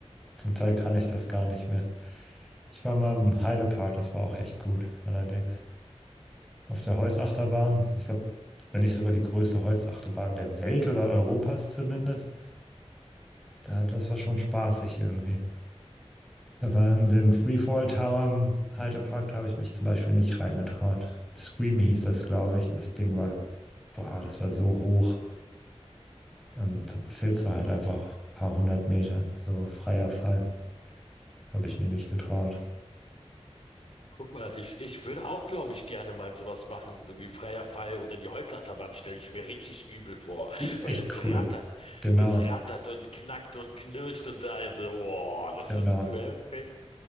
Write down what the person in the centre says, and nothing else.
Zum Teil kann ich das gar nicht mehr. Ich war mal im Heidepark, das war auch echt gut, allerdings. Auf der Holzachterbahn, ich glaube, wenn nicht sogar die größte Holzachterbahn der Welt oder Europas zumindest, da, das war schon spaßig irgendwie. Aber in den Freefall Tower im Heidepark, da habe ich mich zum Beispiel nicht reingetraut. Scream hieß das, glaube ich, und das Ding war, boah, das war so hoch. Und da fällst du halt einfach ein paar hundert Meter, so freier Fall, habe ich mir nicht getraut.
Die ist echt
cool. Genau.
Genau.